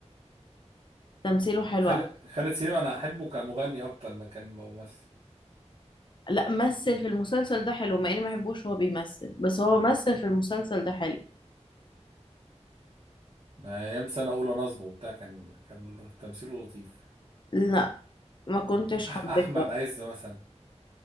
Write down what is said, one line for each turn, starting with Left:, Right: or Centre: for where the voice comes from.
Left: تمثيله حلو
Right: خالد
Left: أوي.
Right: خالد سليم انا احبه كمغني اكتر ما كان ممثل
Left: لا مثل في المسلسل ده حلو مع اني ما بحبوش هو بيمثل بس هو مثل في المسلسل ده حلو
Right: أنا ايام سنه اولى نصبه وبتاع كان كان تمثيله لطيف
Left: لا ما كنتش
Right: أح
Left: حباه
Right: احمد
Left: برضه.
Right: عز مثلا